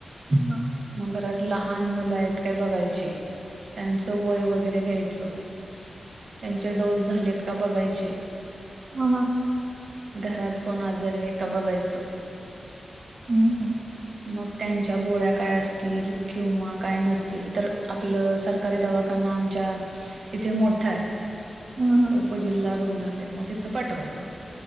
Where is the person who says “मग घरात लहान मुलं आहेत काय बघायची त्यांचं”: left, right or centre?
Right